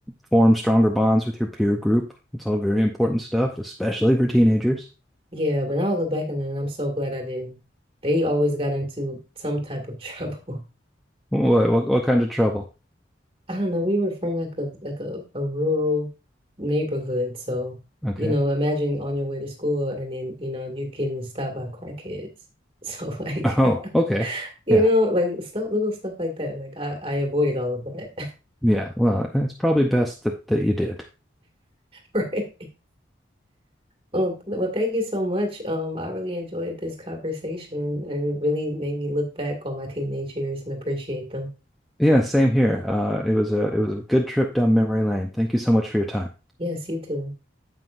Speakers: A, in the centre; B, on the right (about 30°).
A: form stronger bonds with your peer group. It's all very important stuff, especially for teenagers. <laughs>
B: Yeah, but now I look back on it, and I'm so glad I didn't. They always got into some type of <laughs> trouble.
A: What, what what kind of trouble?
B: I don't know. We were from like a like a, a rural neighborhood, so
A: Okay.
B: you know, imagine on your way to school and then you know you're getting stopped by car kids. So <laughs> like
A: <laughs> Oh, okay.
B: you
A: Yeah.
B: know, like stuff, little stuff like that. Like I, I avoided all of that,
A: Yeah. Well, it's probably best that that you did.
B: <laughs> right? Well, well, thank you so much. Um, I really enjoyed this conversation, and it really made me look back on my teenage years and appreciate them.
A: Yeah, same here. Uh, it was a it was a good trip down memory lane. Thank you so much for your time.
B: Yes, you too.